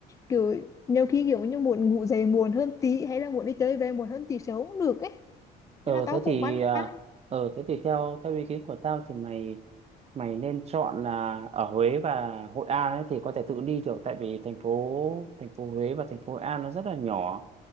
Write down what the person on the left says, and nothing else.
kiểu nhiều khi kiểu như muốn ngủ dậy muộn hơn tí hay là muốn đi chơi về muộn hơn tí sớm cũng được ấy
nên là tao
cũng băn
khoăn